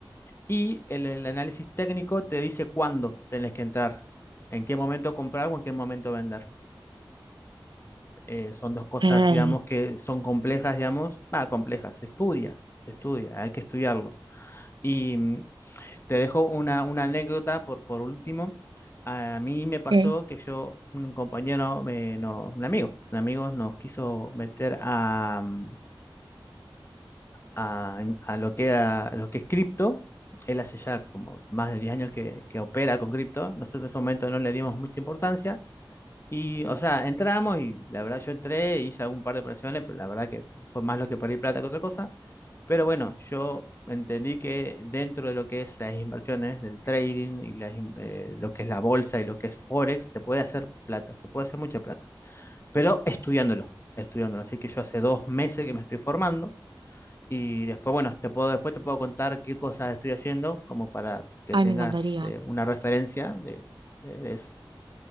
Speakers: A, on the left; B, on the right.
A: Y el, el análisis técnico te dice cuándo tenés que entrar, en qué momento comprar o en qué momento vender. Eh, son dos cosas,
B: Ey.
A: digamos, que son complejas, digamos, ah, complejas, se estudia, se estudia, hay que estudiarlo. Y mm, te dejo una, una anécdota por, por último. A mí me pasó
B: Ok.
A: que yo, un compañero, me- no, un amigo, un amigo nos quiso meter a, mm, a, a lo que era, a lo que es cripto. Él hace ya como más de 10 años que, que opera con cripto. Nosotros en ese momento no le dimos mucha importancia. Y, o sea, entramos y la verdad yo entré, hice algún par de operaciones, pero la verdad que fue más lo que perdí plata que otra cosa. Pero bueno, yo entendí que dentro de lo que es las inversiones, del trading y las in- eh, lo que es la bolsa y lo que es Forex, se puede hacer plata, se puede hacer mucha plata, pero estudiándolo, estudiándolo. Así que yo hace dos meses que me estoy formando y después, bueno, te puedo, después te puedo contar qué cosas estoy haciendo, como para que
B: Ay,
A: tengas
B: me encantaría.
A: eh, una referencia de, de eso.